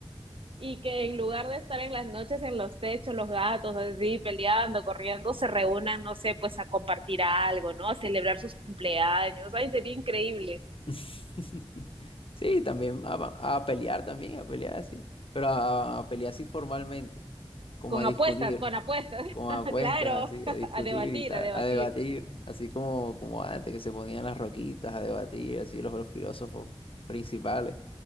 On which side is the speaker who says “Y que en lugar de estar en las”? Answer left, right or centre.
Right